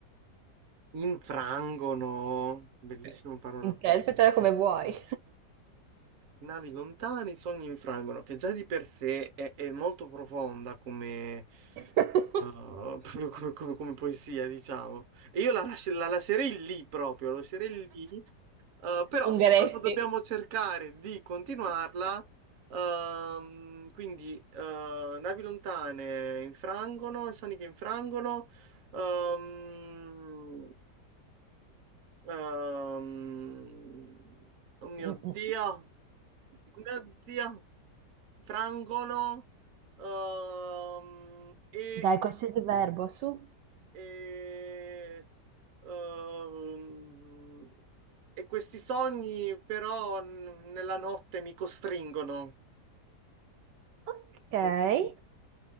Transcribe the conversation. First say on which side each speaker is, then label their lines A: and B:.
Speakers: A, on the right (about 55°); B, on the right (about 80°).
A: Infrangono, bellissima
B: Eh,
A: parola
B: Interpretala
A: proprio.
B: come vuoi.
A: Navi lontane, i sogni infrangono, che già di per sé è, è molto profonda come,
B: <laughs>
A: uh, <laughs> proprio come, come- come poesia, diciamo. E io la, lasci- la lascerei lì proprio, la lascerei lì, uh, però
B: Ungaretti.
A: se proprio dobbiamo cercare di continuarla, ehm, quindi eh, navi lontane infrangono, i sogni che infrangono, ehm, ehm, oh mio
B: Mm, mm.
A: Dio, oh mio Dio frangono ehm, e,
B: Dai, qualsiasi verbo, su.
A: e, ehm, e questi sogni però n- nella notte mi costringono.
B: Ok.
A: Un